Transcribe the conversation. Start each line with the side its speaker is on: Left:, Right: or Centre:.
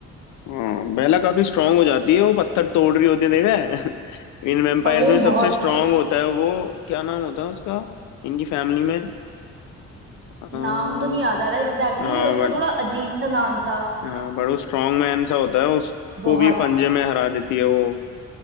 Left: हाँ बेला काफी स्ट्रांग हो जाती है वो पत्थर तोड़ रही होती है देखा है <laughs> इन वेम्पायर्स
Right: अरे
Left: में सबसे
Right: बहुत
Left: स्ट्रांग होता है वो क्या नाम होता है उसका इनकी फैमिली में हाँ
Right: नाम तो नहीं याद आ रहा एग्जैक्टली
Left: हाँ
Right: exactly, उसका
Left: बट
Right: थोड़ा अजीब सा नाम था
Left: हाँ बट वो स्ट्रॉन्ग मैन सा होता है उसको
Right: बहुत
Left: भी पंजे में हरा देती है वो